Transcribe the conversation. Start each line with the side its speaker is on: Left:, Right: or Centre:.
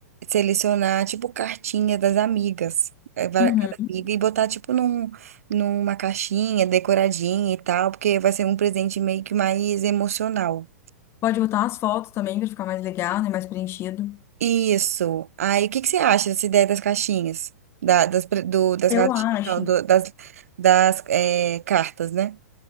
Right: selecionar, tipo, cartinha das amigas. É, vai
Left: Uhum.
Right: Cada amiga e botar, tipo, num, numa caixinha decoradinha e tal, porque vai ser um presente meio que mais emocional.
Left: Pode botar umas fotos também pra ficar mais legal, né? Mais preenchido.
Right: Isso. Aí, o que que você acha dessa ideia das caixinhas? Da- das, pre- do, das
Left: Eu
Right: caixinhas,
Left: acho.
Right: não, do- das, das é, cartas, né?